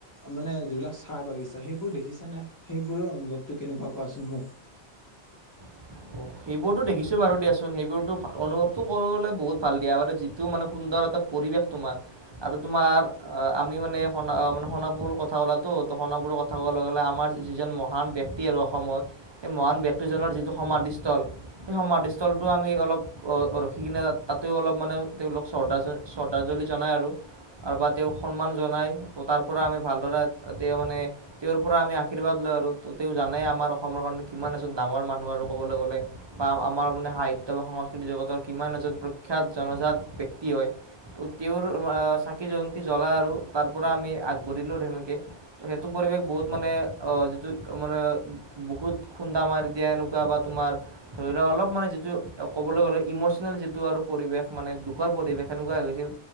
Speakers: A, on the left; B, on the right.
A: মানে যিবিলাক চাহ বাগিচা সেইবোৰ দেখিছ নে সেইবোৰৰ অনুভৱতটো কেনেকুৱা কোৱাচোন মোক
B: অ', সেইবোৰতো দেখিছোঁ বাৰু দিয়াচোন সেইবোৰতো অনুভৱটো কৰিবলৈ বহুত ভাল দিয়া বাৰু যিটো মানে সুন্দৰ এটা পৰিৱেশ তোমাৰ আৰু তোমাৰ আমি মানে সোণ ম সণাপুৰৰ কথা কলাতো ত সোাপুৰৰ ক থব লগ'লে আমাৰ যিজন মহান ব্যক্তি আৰু অসমৰ সেই মহান ব্যক্তিজনৰ যিটো সমাধিস্থল সেই সমাধিস্থলটো আমি অলপ ৰখি কিনে ত তাতেও অলপ মানে তেওঁলোক শ্ৰদ্ধাল শ্ৰদ্ধাঞ্জলি জনায় আৰু আৰু বা তেওঁক সন্মান জনাই ত তাৰ পৰা আমি ভালদৰে তেওঁ মানে তেওঁৰ পৰা আমি আশীৰ্বাদ লৈ আৰু ত তেওঁ জানে আমাৰ অসমৰ কাৰণে কিমান এজন ডাঙৰ মানুহ আৰু ক'বলৈ গ'লে বা আমাৰ মানে সাহিত্য বা সংস্কৃতি জগতৰ কিমান এজন প্ৰখ্যাত জনজাত ব্যয়ক্তি হয় ত তেওঁৰ চাকি জয়ন্তী জ্বলা আৰু তাৰ পৰা আমি আগবাঢ়িলো ধেনেকে সেইটো পৰিৱেশ বহুত মানে যিটো মানে বুকুত খুন্দা মাৰি দিয়া এনেকুৱা বা তোমাৰ ধৰি লোৱাক অলপ মানে যিটো ক'বলৈ গ'লে ইম'চনেল যিটো আৰু পৰিৱেশ মানে দুখৰ পৰিৱেশ সেনেকুৱা হৈছিল